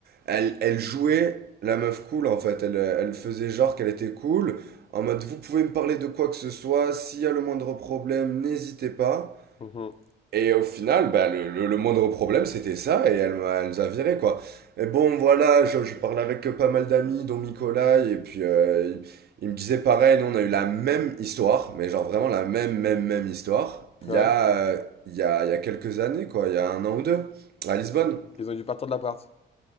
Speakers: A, on the right; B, on the left.
A: elle, elle jouait la meuf cool en fait. Elle, euh, elle faisait genre qu'elle était cool. En mode, vous pouvez me parler de quoi que ce soit. S'il y a le moindre problème, n'hésitez pas.
B: Mhm.
A: Et au final, bah, le, le, le moindre problème, c'était ça, et elle, m'a- elle nous a viré, quoi. Et bon, voilà, je, je parlais avec euh, pas mal d'amis, dont Nicolas, et puis euh, il, il me disait pareil, nous, on a eu la même histoire, mais genre vraiment la même, même, même histoire, il
B: Ouais.
A: y a, euh, il y a, il y a quelques années, quoi, il y a un an ou deux, à Lisbonne.
B: Ils ils ont dû partir de l'appart.